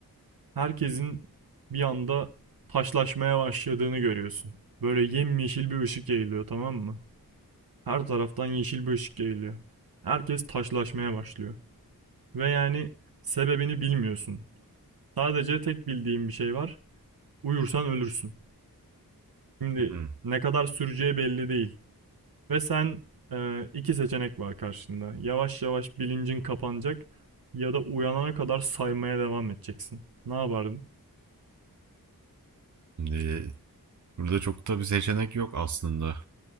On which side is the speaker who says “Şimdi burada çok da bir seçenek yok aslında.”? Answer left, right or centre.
Right